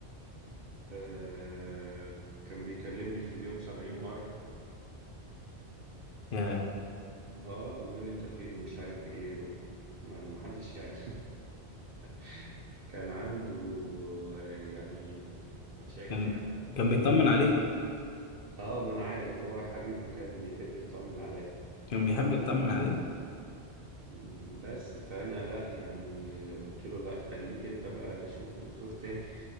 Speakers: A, on the right; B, on the left.
A: آه كان بيكلمني في اليوم سبعين مرة
B: يا
A: اه ويقول لي انت فين ومش عارف ايه و... ما انا محدش يعني <laughs> كان عنده آه، يعني مشاكل
B: كان
A: يعني
B: كان بيطمن عليك
A: اه ما انا عارف هو حبيبي كان بيحب يطمن عليا
B: كان بيحب يطمن عليك
A: مم، بس فانا لا يعني قلت له لا خليك انت بقى شوف دكتور تاني